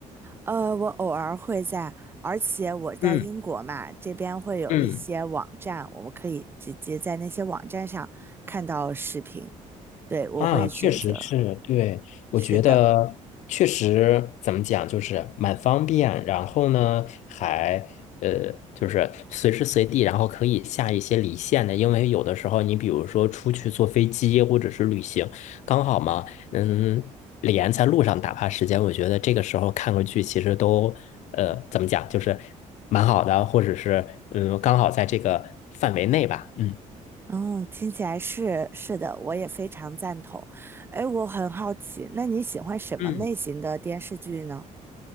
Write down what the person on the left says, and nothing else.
嗯
嗯。
啊，确实是，对，我觉得确实怎么讲，
就是蛮方便，然后呢，还呃，就是随时随地，然后可以下一些离线的，因为有的时候你比如说出去坐飞机或者是旅行，刚好嘛，嗯，连在路上打发时间，我觉得这个时候看个剧其实都呃怎么讲，就是蛮好的，或者是嗯，刚好在这个范围内吧，嗯。
嗯